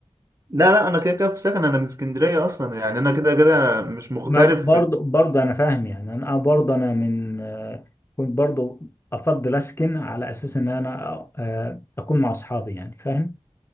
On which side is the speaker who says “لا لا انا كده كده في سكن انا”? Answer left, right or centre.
Right